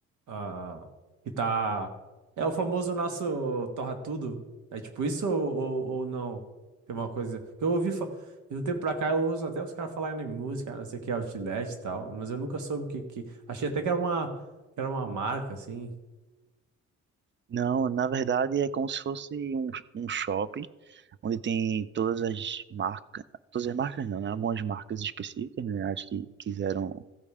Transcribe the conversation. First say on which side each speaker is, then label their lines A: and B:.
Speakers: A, on the right; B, on the right.
A: ah, que tá, é o famoso nosso torra tudo. É tipo isso ou, ou, ou não? Tem uma coisa que eu ouvi, fa- de um tempo pra cá eu ouço até os caras falarem em música, não sei o que, outlet e tal, mas eu nunca soube o que, que, achei até que era uma, que era uma marca, assim.
B: Não, na verdade é como se fosse um, um shopping onde tem todas as marcas, todas as marcas não, né? Algumas marcas específicas, né? Acho que quiseram